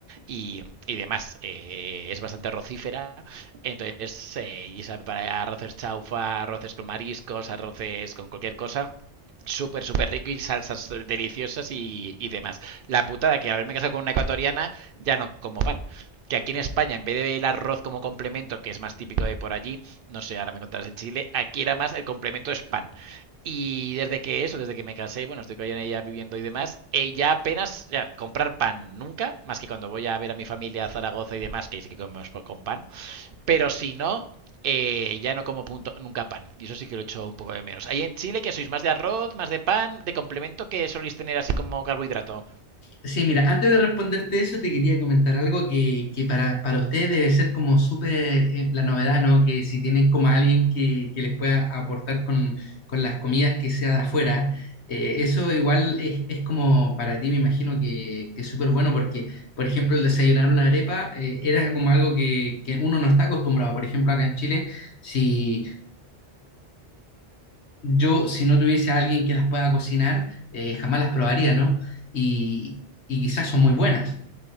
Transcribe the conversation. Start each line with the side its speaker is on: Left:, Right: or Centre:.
Right: y, y demás. Eh, es bastante arrocífera, entonces, eh, y sabe preparar arroces chaufa, arroces con mariscos, arroces con cualquier cosa súper, súper rico y salsas eh, deliciosas y, y, demás. La putada que haberme casado con una ecuatoriana ya no como pan que aquí en España, en vez de el arroz como complemento, que es más típico de por allí, no sé, ahora me contarás en Chile, aquí era más el complemento es pan. Y desde que eso, desde que me casé, bueno, estoy con ella viviendo y demás, ella apenas, ya, comprar pan nunca, más que cuando voy a ver a mi familia a Zaragoza y demás, que ahí sí que comemos con pan, pero si no, eh, ya no como punto, nunca pan, y eso sí que lo echo un poco de menos. Ahí en Chile, que sois más de arroz, más de pan, de complemento que soléis tener así como carbohidrato.
Left: Sí, mira, antes de responderte eso, te quería comentar algo que, que para, para ustedes debe ser como súper eh, la novedad, ¿no? Que si tienen como alguien que, que les pueda aportar con, con las comidas que sea de afuera, eh, eso igual es, es como para ti, me imagino que, que es súper bueno porque, por ejemplo, el desayunar una arepa eh, era como algo que, que uno no está acostumbrado. Por ejemplo, acá en Chile, si yo, si no tuviese a alguien que las pueda cocinar, eh, jamás las probaría, ¿no? Y, y quizás son muy buenas.